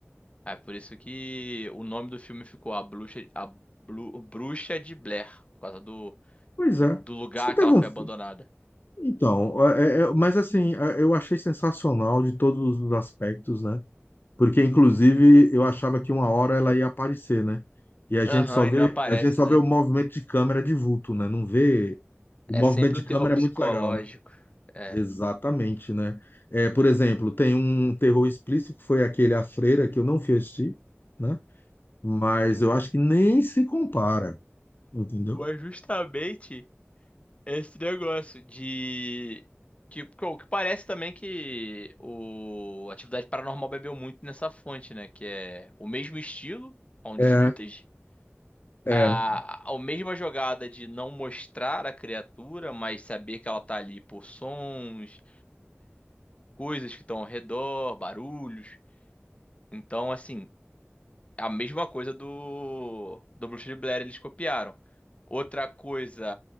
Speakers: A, on the left; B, on the left.
A: É por isso que o nome do filme ficou A Bruxa, a Blu- Bruxa de Blair, por causa do,
B: Pois é. Acho
A: do lugar
B: que tava
A: que ela
B: um-
A: foi abandonada.
B: Então, é- é- mas assim, é- eu achei sensacional de todos os aspectos, né? Porque, inclusive, eu achava que uma hora ela ia aparecer, né? E a gente
A: Aham,
B: só vê,
A: e não aparece,
B: a gente só
A: né?
B: vê o movimento de câmera de vulto, né? Não vê. O
A: É
B: movimento
A: sempre
B: de
A: um
B: câmera
A: terror psicológico.
B: é muito legal, né?
A: É.
B: Exatamente, né? É, por exemplo, tem um terror explícito que foi aquele A Freira, que eu não fui assistir, né? Mas eu acho que nem se compara, entendeu?
A: Mas justamente esse negócio de. Que, que, o que parece também que o Atividade Paranormal bebeu muito nessa fonte, né? Que é o mesmo estilo, found
B: É,
A: footage,
B: é,
A: a, a mesma jogada de não mostrar a criatura, mas saber que ela tá ali por sons, coisas que estão ao redor, barulhos. Então, assim, A mesma coisa do, do Bruxa de Blair, eles copiaram. Outra coisa,